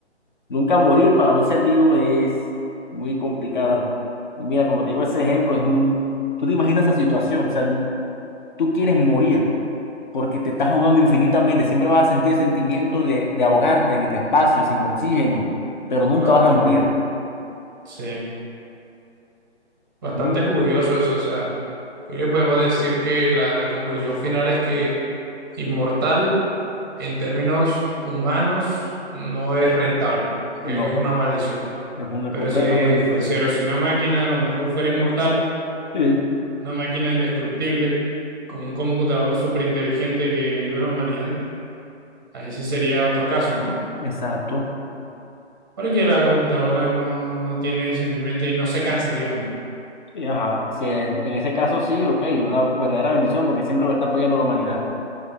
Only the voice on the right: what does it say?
Claro.
Sí, bastante
curioso eso. O sea, yo creo que podemos decir que la, la conclusión final es que inmortal en términos humanos no es rentable, es
una maldición.
Pero
si
fuese cero, si una máquina a lo mejor fuera inmortal,
una máquina indestructible, con un computador súper inteligente que ayude a la humanidad, ahí sí sería otro caso, ¿no?
Porque la computadora no, no tiene sentimiento y no se cansa, digamos.